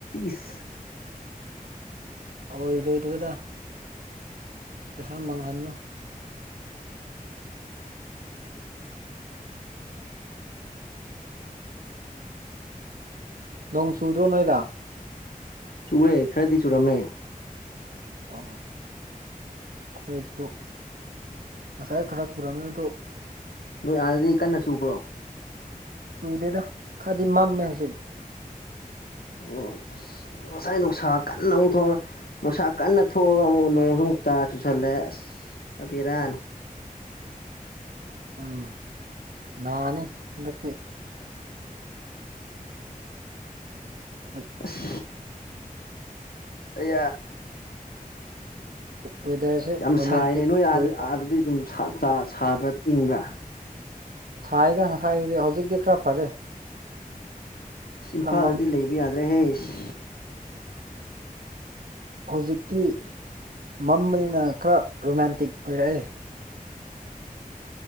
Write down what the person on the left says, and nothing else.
ꯏꯁ
ꯆꯨꯑꯦ ꯈꯔꯗꯤ ꯆꯨꯔꯝꯃꯦ
ꯅꯣꯏ ꯑꯥꯗꯤ ꯀꯟꯅ ꯆꯨꯕ꯭ꯔꯣ
ꯑꯣ ꯉꯁꯥꯏ ꯅꯨꯡꯁꯥ ꯀꯟꯅ ꯑꯃꯨꯛ ꯊꯣꯛꯑ ꯅꯨꯡꯁꯥ ꯀꯟꯅ ꯊꯣꯛꯑꯒ ꯑꯃꯨꯛ ꯅꯣꯡꯁꯨꯃꯨꯛ ꯇꯥ ꯆꯨꯁꯜꯂꯦ ꯑꯁ ꯑꯕꯦꯔꯥꯅꯦ
ꯑꯁ ꯑꯩ
ꯌꯥꯝ
ꯁꯥꯏꯅꯦ ꯅꯣꯏ ꯑꯥꯗ
ꯑꯥꯗꯗꯤ ꯑꯗꯨꯝ ꯁꯥꯕ ꯏꯪꯕ꯭ꯔꯥ
ꯑ ꯏꯝꯐꯥꯜꯗꯗꯤ
ꯂꯩꯕ ꯌꯥꯗ꯭ꯔꯦꯍꯦ ꯏꯁ